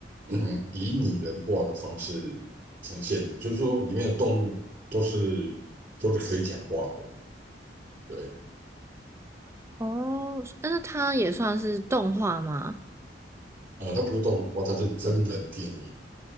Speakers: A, on the right; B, on the right.
A: 嗯以拟人化的方式呈现的，就是说里面的动物都是都是可以讲话的，对，
B: 哦，但是那它也算是动画吗？
A: 呃，它不是动画，它是真人电影，